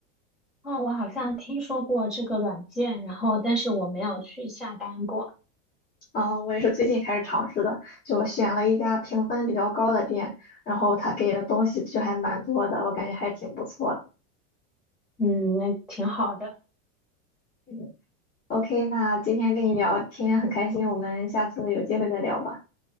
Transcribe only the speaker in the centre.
哦，我好像听说过这个软件，然后但是我没有去下单过。
嗯，那挺好的。